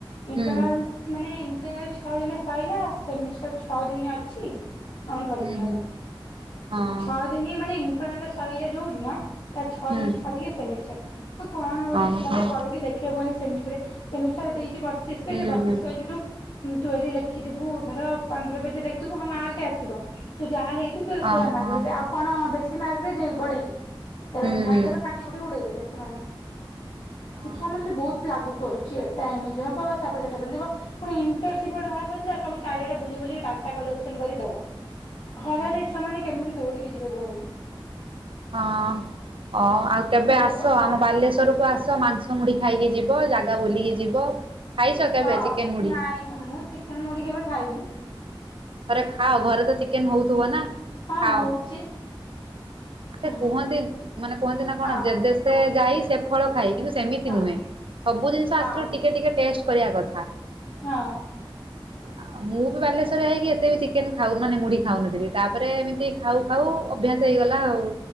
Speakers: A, on the left; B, on the right.
A: ଇଣ୍ଟରନାଲ
B: ହୁଁ
A: ମାନେ ଇଣ୍ଟରନାଲ ଛଅ ଦିନେ ସଇଲା ସେମିଷ୍ଟାର ଛଅ ଦିନି ଅଛି ଆମର ପରୀକ୍ଷା
B: ହୁଁ
A: ହେଲା।
B: ହୁଁ ହଁ।
A: ଛଅ ଦିନି ମାନେ ଇଣ୍ଟରନାଲ ସଇଲା ଯୋଉଦିନ ତା ଛଅ
B: ହୁଁ।
A: ଦିନି ଛାଡ଼ିକି ସେମିଷ୍ଟାର ଅଁ କଣ ଗୋଟେ
B: ଓହୋ।
A: ଛୁଆଟେ ପଢ଼ିକି ଲେଖିବ କୁହନି ସେମିଷ୍ଟରେ ସେମିଷ୍ଟାର ଦେଇଚି ପା ସିକ୍ସ
B: ହୁଁ
A: ପେଜ୍ ବତିଶି
B: ହୁଁ।
A: ପେଜରୁ ତୁ ଯଦି ଲେଖିଥିବୁ ଧର ପନ୍ଦର ପେଜ ଲେଖିଥିବୁ ହଁ ମାର୍କ ଆସିବ ତୁଯାହା ଲେଖିଥିବୁ ତା ସେଇଆ
B: ଓହୋ।
A: ମାର୍କ ଦେବେ ଆଉ କଣ ବେଶୀ ମାର୍କ ଦେଇଦେବେକି ବଢେଇକି ଥାର୍ଡ଼
B: ହୁଁ
A: ଇଅର
B: ହୁଁ
A: ପାଠ କାଟି କୁଟିକି ଉଡେଇଦବେ ସେମାନେ
B: ହଁ
A: ଶିକ୍ଷା ମନ୍ତ୍ରୀ ବହୁତ୍ ଲାଗୁ କରୁଚି ଏ ଏଇଟା ଏମିତି ହବ ତାପରେ ସେଇଟା ସେମିତି ହବ। ପୁଣି ୟୁଟରସିପି ଗୋଟେ ବାହାର କରିଥିଲା ସବୁ ଚାରିଆଡ଼େ ବୁଲି ବୁଲିକି ଡାଟା କଲେକ୍ସନ କରିକିଦବ।
B: ହୁଁ
A: ଖରାରେ
B: ହୁଁ।
A: ଏ ଛୁଆମାନେ କେମିତି ଦୌଡିକି ଯିବେ କୁହନି।
B: ହଁ ଅ ଆଉ କେବେ
A: ବହୁତ
B: ଆସ
A: କଷ୍ଟ।
B: ଆମ ବାଲେଶ୍ଵ ରକୁ ଆସ ମାଂସ ମୁଢି ଖାଇକି ଯିବ ଜାଗା ବୁଲିକି ଯିବ? ଖାଇଛ କେବେ
A: ହଁ
B: ଚିକେନ ମୁଢ଼ି
A: ନାଇଁ ମୁଁ ଚିକେନ୍ ମୁଢ଼ି କେବେ ଖାଇନି।
B: ଥରେ ଖାଅ ଘରେତ ଚିକେନ୍ ହଉଥିବନା?
A: ହଁ
B: ଖାଅ
A: ହଉଛି ହଁ।
B: କୁହନ୍ତି ମାନେ କୁହନ୍ତିନା କଣ
A: ହଁ
B: ଯେଦେଶ ଶେ ଯାଇ ସେ ଫଳ ଖାଇ କିନ୍ତୁ ସେମିତି
A: ହଁ
B: ନୁହେଁ ସବୁ ଜିନିଷ
A: ହଁ
B: ଆସିଲୁ ଟିକେ ଟିକେ ଟେଷ୍ଟ କରିବା କଥା।
A: ହଁ।
B: ଆଉ ମୁଁବି ବାଲେଶ୍ୱରିଆ ହେଇକି ଏ ଏତେବି ଚିକେନ ଖାଉ ମାନେ ମୁଢି ଖାଉନଥିଲି ତାପରେ ଏମିତି ଖାଉ ଖାଉ ଅଭ୍ୟାସ ହେଇଗଲା ଆଉ।